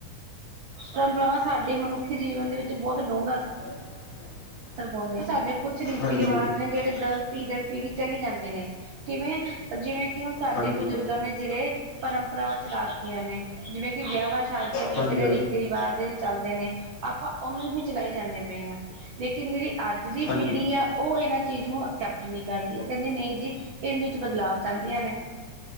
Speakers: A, on the right; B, on the left.
A: ਪਰੰਪਰਾਵਾਂ ਸਾਡੇ ਮਨੁੱਖੀ ਜੀਵਨ ਦੇ ਵਿੱਚ ਬਹੁਤ ਡੂੰਘਾ
B: <inaudible>
A: ਸਰ ਪਾਉਂਦੇ ਸਾਡੇ ਕੁਛ ਰੀਤੀ
B: ਹਾਂਜੀ,
A: ਰਿਵਾਜ ਨੇ ਜਿਹੜੇ ਦਰ ਪੀੜੀ ਦੜ ਪੀੜੀ ਚਲੀ ਜਾਂਦੇ ਨੇ ਤਿਵੇਂ ਜਿਵੇਂ ਕਿ ਹੁਣ ਸਾਡੇ
B: ਹਾਂਜੀ,
A: ਬਜ਼ੁਰਗਾਂ ਨੇ ਜਿਹੜੇ ਪਰੰਪਰਾਵਾਂ ਚਲਾ ਦਿੱਤੀਆਂ ਨੇ ਜਿਵੇਂ ਕਿ ਵਿਆਹਵਾਂ ਸ਼ਾਦੀਆਂ ਮਤਲਬ
B: ਹਾਂਜੀ, ਹਾਂਜੀ,
A: ਜਿਹੜੇ ਰੀਤੀ ਰਿਵਾਜ ਜਿਹੇ ਚੱਲਦੇ ਨੇ ਆਪਾਂ ਉਹਨੂੰ ਹੀ ਚਲਾਈ ਜਾਂਦੇ ਪਏ ਆਂ ਲੇਕਿਨ ਜਿਹੜੀ ਅੱਜ ਦੀ
B: ਹਾਂਜੀ।
A: ਪੀੜ੍ਹੀ ਆ ਉਹ ਇਹਨਾਂ ਚੀਜ਼ ਨੂੰ ਅਕਸੈਪਟ ਨਹੀਂ ਕਰਦੀ ਓ। ਕਹਿੰਦੇ ਨਹੀਂ ਜੀ ਇਹਦੇ ਵਿੱਚ ਬਦਲਾਵ ਚਾਹੁੰਦੀਆਂ ਨੇ।